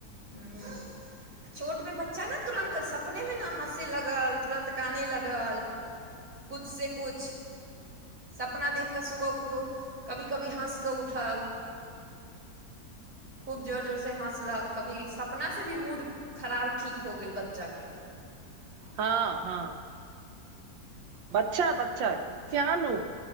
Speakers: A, on the right; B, on the right.
A: हू चोटमे बच्चा ने तुरन्त सपनेमे ने हँसय लगल तुरन्त काने लगल कुछ स कुछ सपना देख कऽ सुबह उो कभी कभी हँस कऽ उठल खूब जोर जोरसँ हँसलक कभी सपना से भी मूड खराब ठीक हो गेल बच्चाके
B: हँ हँ बच्छा बच्छा स्यानो